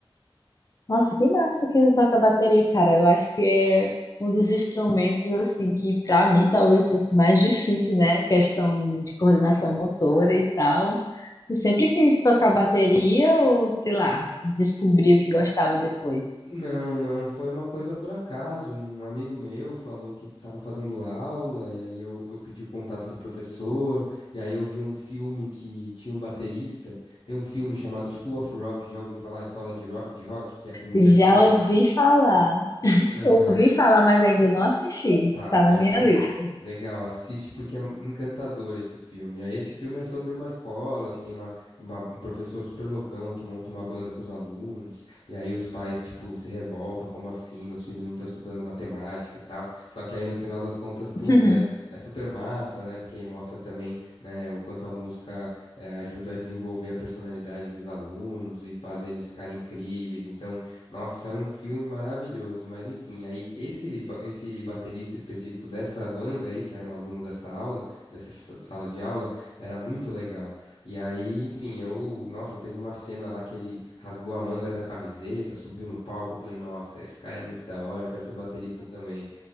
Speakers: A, on the left; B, on the left.
A: Nossa, que massa que tu toca bateria, cara. Eu acho que é um dos instrumentos, assim, que pra mim talvez fosse mais difícil, né? Questão de coordenação motora e tal. Tu sempre quis tocar bateria ou, sei lá, descobriu que gostava depois?
B: Não, não, foi uma coisa por acaso. Um amigo meu falou que estava fazendo aula, e aí eu, eu pedi o contato do professor, e aí eu vi um filme que tinha um baterista. Tem um filme chamado School of Rock, já ouviu falar? Escola de, Ro- de Rock, que é com o
A: Já
B: Jack Black.
A: ouvi falar.
B: Aham.
A: Ouvi falar, mas ainda não assisti.
B: Tá,
A: Tá na
B: pode
A: minha
B: crer.
A: lista.
B: Legal, assiste porque é encantador esse filme. Aí esse filme é sobre uma escola que tem uma, uma- um professor super loucão que monta uma banda com os alunos. E aí os pais, tipo, se revoltam, como assim? Meus filhos não estão estudando matemática e tal. Só que aí no final das contas, putz,
A: <laughs>
B: é, é super massa, né? Porque aí mostra também, né, o quanto a música eh, ajuda a desenvolver a personalidade dos alunos e faz eles ficarem incríveis. Então, nossa, é um filme maravilhoso, mas enfim, aí esse, ba- esse baterista específico dessa banda aí, que era um aluno dessa aula, dessa sa- sala de aula, era muito legal. E aí, enfim, eu, nossa, teve uma cena lá que ele rasgou a manga da camiseta, subiu no palco, eu falei, nossa, esse cara é muito da hora, eu quero ser baterista também.